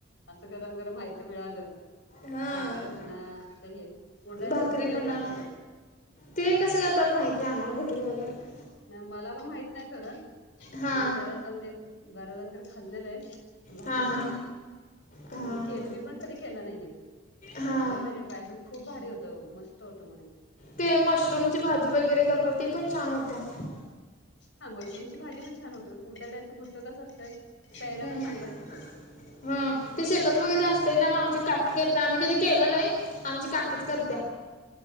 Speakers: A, on the left (about 65°); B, on the left (about 40°).
A: असं गरम गरम माहती मिळालं
B: हा
A: डांगर म्हणा ते हे उडदाय
B: भाकरी
A: जसं घुटही
B: म्हणा
A: करतात बघा
B: ते कसे करातात माहित नाही आम्हाला घुटळे वगैरे
A: मला पण माहित नाही खरं
B: हा
A: पण मी बऱ्याज म बार्या जांकडे खाल्लेल आहे पण भारी
B: हा
A: होतो
B: हा
A: बर का कधी
B: हा
A: मी केलं मी पण कधी नाही
B: हा
A: करायला पाहिजे ट्राय पण खूप भारी होत मस्त होत म्हणे
B: ते मशरूम ची भाजी वगैरे करतात ते पण छान होतात
A: हा मशरूमची भाजी प ान होते प उडड्याचं घुडचं कस असतंय प्यायला
B: हम्म
A: पण चांगलं असतं बघा
B: हा ते शेतात वगैरे असतेय ना मग आमची काकी करते आम्ही कधी केलं नाही आमची काकीच करत्या